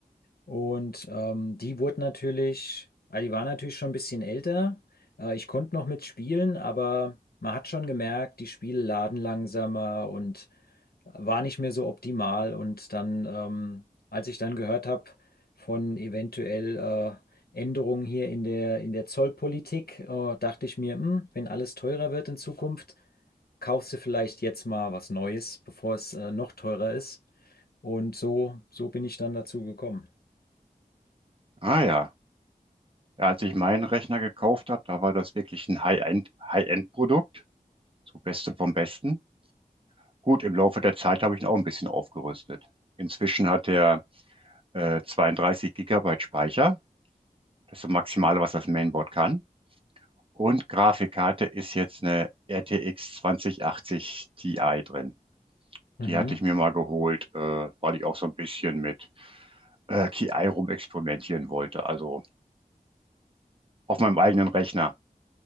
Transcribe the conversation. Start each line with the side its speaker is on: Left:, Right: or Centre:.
Left: Und ähm, die wurde natürlich, ah, die war natürlich schon ein bisschen älter. Äh, ich konnte noch mitspielen, aber man hat schon gemerkt, die Spiele laden langsamer und war nicht mehr so optimal. Und dann, ähm, als ich dann gehört habe von eventuell äh, Änderungen hier in der, in der Zollpolitik, äh, dachte ich mir, hm, wenn alles teurer wird in Zukunft, kaufst du vielleicht jetzt mal was Neues, bevor es äh, noch teurer ist. Und so, so bin ich dann dazu gekommen.
Right: ah ja. Ja, als ich meinen Rechner gekauft habe, da war das wirklich ein High-End, High-End-Produkt, so Beste vom Besten. Gut, im Laufe der Zeit habe ich ihn auch ein bisschen aufgerüstet. Inzwischen hat er äh, 32 Gigabyte Speicher. Das ist das Maximale, was das Mainboard kann. Und Grafikkarte ist jetzt eine RTX 2080 Ti drin.
Left: Mhm.
Right: Die hatte ich mir mal geholt, äh, weil ich auch so ein bisschen mit äh, KI rumexperimentieren wollte. Also auf meinem eigenen Rechner,